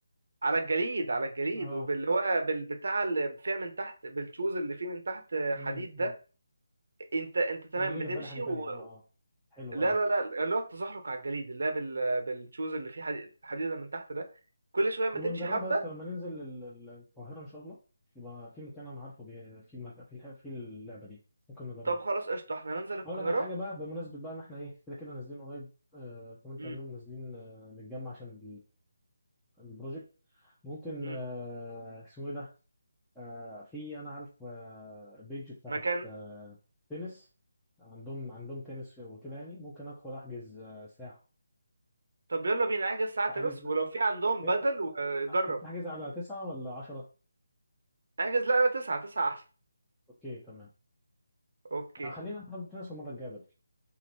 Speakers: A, on the right; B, in the centre.
A: على الجليد على الجليد
B: اه
A: وباللي هو بالبتاع اللي فيها من تحت بالشوز اللي فيه من تحت آه، حديد
B: امم
A: ده
B: أمم.
A: انت انت تمام
B: انا ليه
A: بتمشي
B: جه في بالي حاجه تانية
A: و...
B: اه اه حلوه
A: لا
B: دي
A: لا لا اللي هو التزحلق على الجليد اللي هو بال... بالشوز اللي فيه حديد حديده من تحت ده كل شويه ما
B: يبقى
A: تمشي
B: نجربها
A: حبه
B: يا اسطى لما ننزل ال- ال- القاهره ان شاء الله يبقى في مكان انا عارفه بي- في المكان في الح- في اللعبه دي ممكن نجربها
A: طب خلاص قشطه احنا ننزل القاهره
B: اقول لك على حاجه بقى بمناسبه بقى ان احنا ايه كده كده نازلين قريب آه كمان كام
A: امم
B: يوم نازلين آه نتجمع عشان البروجكت ممكن
A: امم
B: آه، اسمه ايه ده آه، في انا عارف آه، بيج بتاعت
A: مكان
B: آه، تنس عندهم عندهم تنس وكده يعني ممكن ادخل احجز آه، ساعة
A: طب يلا بينا احجز ساعة تنس
B: احجز
A: ولو في عندهم
B: آه،
A: بدل وجرب
B: احجز على تسعة ولا عشرة
A: احجز لا لا تسعة تسعة احسن
B: اوكي تمام
A: اوكي
B: آه، خلينا نلعب تنس المرة الجاية بدل